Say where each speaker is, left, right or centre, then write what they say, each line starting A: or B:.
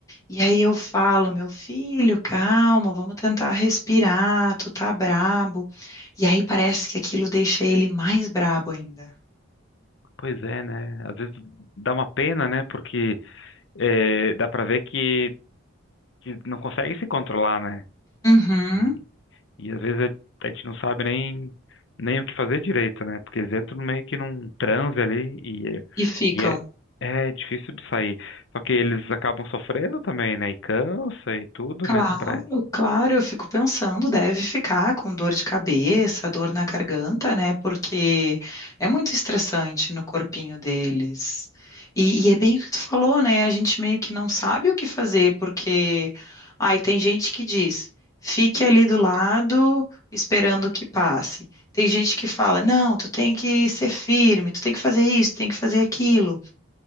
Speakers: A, on the left; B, on the left.
A: E aí eu falo, meu filho, calma, vamos tentar respirar. Tu tá brabo. E aí parece que aquilo deixa ele mais brabo ainda.
B: Pois é, né? Às vezes dá uma pena, né? Porque é, dá pra ver que, que não consegue se controlar, né?
A: Uhum.
B: E, e às vezes a a gente não sabe nem, nem o que fazer direito, né? Porque eles entram meio que num transe ali e, é-
A: E ficam.
B: e é, é difícil de sair. Só que eles acabam sofrendo também, né? E cansa e tudo,
A: Claro,
B: né? Pra...
A: claro, eu fico pensando, deve ficar com dor de cabeça, dor na garganta, né? Porque é muito estressante no corpinho deles. E, e é bem o que tu falou, né? A gente meio que não sabe o que fazer, porque ai, tem gente que diz, fique ali do lado esperando que passe. Tem gente que fala, não, tu tem que ser firme, tu tem que fazer isso, tem que fazer aquilo.